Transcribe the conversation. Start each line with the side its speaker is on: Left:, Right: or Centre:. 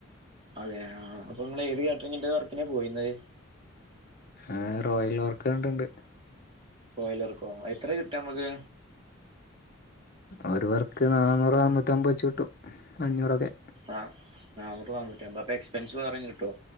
Right: അതെ ആ അപ്പൊ നിങ്ങള് ഏത് കാറ്ററിങ്ങിന്റെ വർക്കിനാണ് പോയിരുന്നത്
Left: ആ റോയൽ ഓർക്കണ്ടണ്ട്
Right: റോയിലറക്കോ എത്ര കിട്ടാ നമുക്ക്
Left: ഒരുവർക്ക് നാന്നൂറ് നാന്നൂറ്റി അമ്പത് വെച്ച് കിട്ടും അഞ്ഞൂറൊക്കെ
Right: ആഹ് നാന്നൂറ് നാനൂറ്റി അമ്പത് അപ്പൊ എക്സ്പെൻസ് വേറെ കിട്ടുവോ